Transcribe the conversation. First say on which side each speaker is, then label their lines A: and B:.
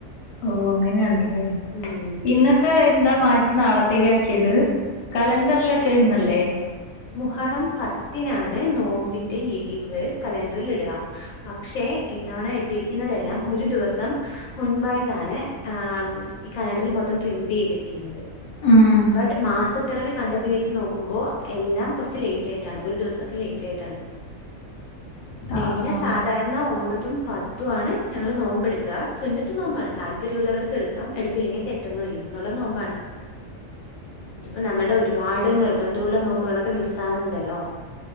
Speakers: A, on the left (about 55°); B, on the left (about 80°).
A: ഓ അങ്ങനെയാണല്ലേ
B: ഉം
A: ഇന്നത്തെ ന്താ മാറ്റി നാളത്തേക്ക് ആക്കിയത് കലണ്ടറിലൊക്കെ ന്നല്ലേ
B: മുഹറം പത്തിനാണ് നോമ്പിന്റെ ലീവ് കലണ്ടറിൽ ഇടുക പക്ഷെ ഇത്തവണ ഇട്ടരിക്കുന്നതെല്ലാം ഒരു ദിവസം മുൻപായിട്ടാണ് ആ ഈ കലണ്ടറി മൊത്തം പ്രിന്റ് ചെയ്തിരിക്കുന്നത്
A: ഉം
B: ബട്ട് മാസപ്പിറവി കണ്ടത് വെച്ച് നോക്കുമ്പോ എല്ലാം കുറച്ച് ലേറ്റ് ആയിട്ടാണ് ഒരു ദിവസൊക്കെ ലേറ്റ് ആയിട്ടാണ് പിന്നെ
A: ആഹ് ആഹ്
B: സാധാരണ ഒമ്പതും പ ത്തു ആണ് ഞങ്ങള് നോമ്പെടുക്ക സുന്നത്ത് നോമ്പാണ് താല്പര്യമുള്ളവർക്ക് എടുക്കാം എടുത്തില്ലെങ്കിൽ തെറ്റൊന്നുല്ല ന്നുള്ള നോമ്പാണ് ഇപ്പോ നമ്മുടെ ഒരുപാട് നിർബന്ധുള്ള നോമ് ക്കെ മിസ് ആവുന്നുണ്ടല്ലോ